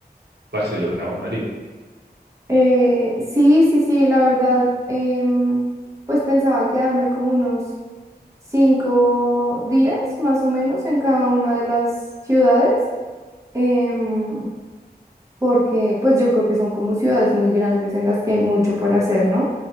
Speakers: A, on the right; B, on the right.
A: Barcelona o Madrid.
B: eh, sí, sí, sí, la verdad, em, pues pensaba quedarme como unos cinco días más o menos en cada una de las ciudades, em, porque pues yo creo que son como ciudades muy grandes en las que hay mucho por hacer, ¿no?